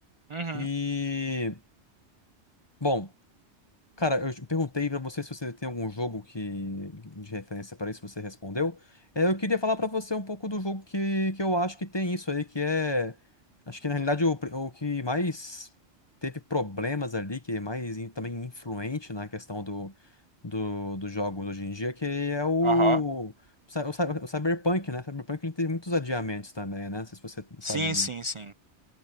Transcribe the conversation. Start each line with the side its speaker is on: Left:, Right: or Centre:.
Right: Uhum.
Left: E, bom. Cara, eu te perguntei pra você se você tem algum jogo que de referência para isso, você respondeu. É, eu queria falar pra você um pouco do jogo que, que eu acho que tem isso aí, que é, acho que na realidade o, pri- o que mais teve problemas ali, que é mais in- também influente na questão do, do, dos jogos hoje em dia, que é o,
Right: Aham.
Left: o, cy- o cy- o Cyberpunk, né? Cyberpunk ele teve muitos adiamentos também, né? Não sei se você sabe
Right: Sim, sim, sim.